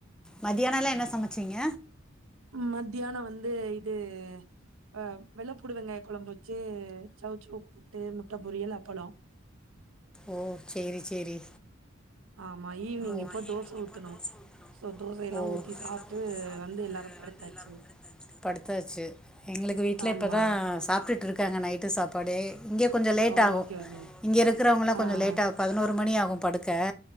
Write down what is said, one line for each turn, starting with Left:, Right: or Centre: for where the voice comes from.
Centre: மத்தியானல்லா என்ன சமச்சீங்க
Right: மத்தியான வந்து இது ஆ வெள்ளப்பூண்டு வெங்காய கொழம்பு வச்சு சௌவ்சௌவ் கூட்டு முட்ட பொரியல் அப்பளோ
Centre: ம் சேரி சேரி
Right: ஆமா ஈவினிங்
Centre: அ
Right: இப்போ
Centre: ஈவ்னிங்
Right: தோச
Centre: இப்ப
Right: ஊத்தணு
Centre: தோச ஊத்தணு
Right: சோ தோசையெல்லா ஊத்தி சாப்ட்டு
Centre: எல்லா ஊத்தி சாப்ட்டு
Right: வந்து எல்லாரு படுத்தாச்சு
Centre: வந் படுத்தாச்சு எங்களுக்கு வீட்ல
Right: ஆமா
Centre: இப்பதா சாப்டுட் இருகாங்க நைட்டு சாப்பாடே இங்க கொஞ்சோ லேட்
Right: ஓ
Centre: ஆகு
Right: ஓகே ஓகே
Centre: இங்க இருக்குறவங்களா
Right: ஆ
Centre: கொஞ்சோ லேட்
Right: ஆ
Centre: ஆக் பதினோரு மணி ஆகு படுக்க